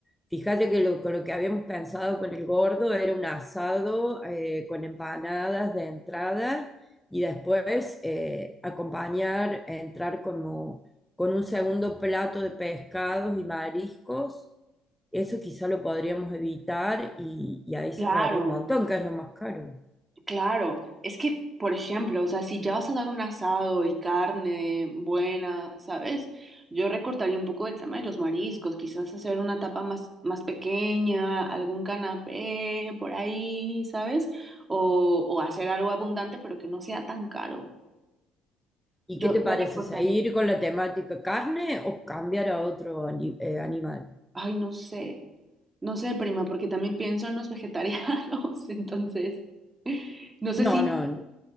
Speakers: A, in the centre; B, on the right.
A: Fíjate que lo, con lo que habíamos pensado con el gordo era un asado eh, con empanadas de entrada y después eh, acompañar, entrar como con un segundo plato de pescados y mariscos. Eso quizá lo podríamos evitar y, y ahí se
B: Claro.
A: ahorraría un montón, que es lo más caro.
B: Claro, es que, por ejemplo, o sea, si ya vas a dar un asado y carne buena, ¿sabes? Yo recortaría un poco el tema de los mariscos, quizás hacer una tapa más, más pequeña, algún canapé por ahí, ¿sabes? O, o hacer algo abundante, pero que no sea tan caro.
A: ¿Y
B: Yo,
A: qué te
B: yo
A: parece?
B: recortaría,
A: ¿Seguir con la temática carne o cambiar a otro ani- eh, animal?
B: ay, no sé, no sé, prima, porque también pienso en los vegetarianos, <laughs> entonces, no sé
A: No,
B: si,
A: no,